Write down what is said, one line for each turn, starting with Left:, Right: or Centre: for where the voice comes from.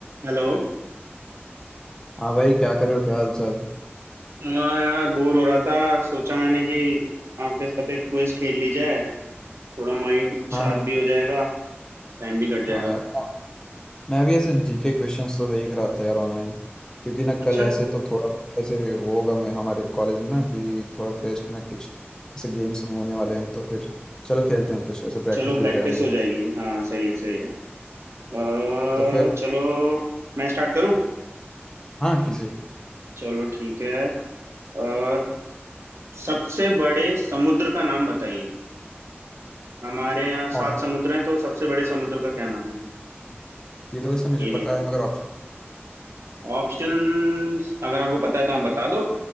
Right: Hello
Left: हाँ भाई क्या कर रहे हो क्या हाल चाल
Right: हाँ यार bore हो रहा था सोचा मैंने कि आपके साथ एक क्विज खेल ली जाए थोड़ा माइंड
Left: हाँ
Right: शार्प भी हो जाएगा टाइम भी कट जाएगा
Left: हाँ यार हाँ। मैं भी ऐसे जीके क्वेश्चंस तो देख रहा था यार ऑनलाइन क्योंकि ना
Right: अच्छा
Left: कल ऐसे तो थोड़ा बहुत ऐसे होगा मैं हमारे कॉलेज में ना कि थोड़ा फेस्ट में कुछ ऐसे गेम्स होने वाले हैं तो फिर चलो खेलते हैं कुछ ऐसे प्रैक्टिस
Right: चलो प्रैक्टिस
Left: भी हो जाएगा मेरा
Right: हो जाएगी हाँ सही है सही है अ,
Left: तो फिर
Right: चलो मैं स्टार्ट करूं
Left: हाँ किसी
Right: चलो ठीक है अ, सबसे बड़े समुद्र का नाम बताइए हमारे यहाँ सात
Left: और
Right: समुद्र हैं तो सबसे बड़े समुद्र का क्या नाम है
Left: ये तो वैसे मुझे
Right: एरिया
Left: पता है मगर ऑप्शन
Right: ऑप्शंस अगर आपको पता है तो आप बता दो